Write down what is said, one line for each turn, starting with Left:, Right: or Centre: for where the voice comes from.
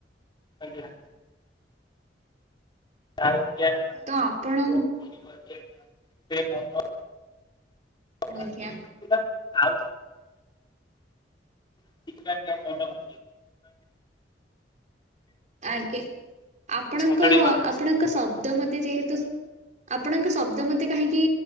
Left: ଆଜ୍ଞା। ଆଉ କିଆଁ
Right: ତ ଆପଣ
Left: <unintelligible>
Right: ଆଜ୍ଞା।
Left: ଭାଙ୍ଗି ଯାଇଥିଲା ଆଉ <unintelligible>
Right: ଆଜ୍ଞା। ଆପଣଙ୍କ
Left: ସଜାଡି ପାରିଲେ
Right: ଆପଣଙ୍କ
Left: ସେ ମନକୁ।
Right: ଶବ୍ଦ ମତେ ଯେହେତୁ ଆପଣଙ୍କ ଶବ୍ଦ ମତେ କାହିଁକି